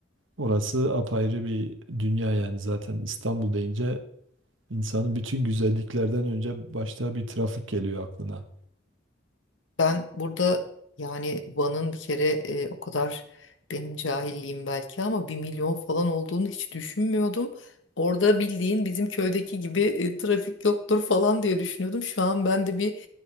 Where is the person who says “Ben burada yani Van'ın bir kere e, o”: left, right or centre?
Left